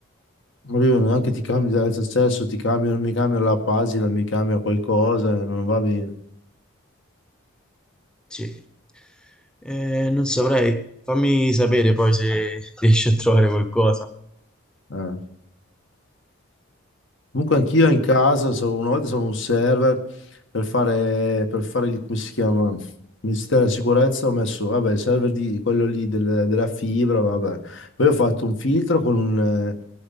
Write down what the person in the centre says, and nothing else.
Sì. Eh, non saprei. Fammi sapere poi se <laughs> riesci a trovare qualcosa.